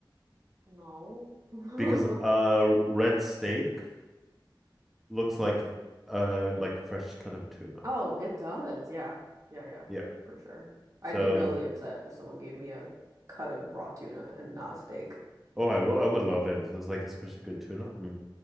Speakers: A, on the right; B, in the centre.
A: No. <laughs>
B: Because uh, red steak looks like uh like fresh cut of tuna.
A: Oh, it does. Yeah. Yeah, yeah.
B: Yeah.
A: For sure. I'd
B: So.
A: be really upset if someone gave me a cut of raw tuna and not a steak.
B: Oh, I will. I would love it. It's like especially good tuna. Mm,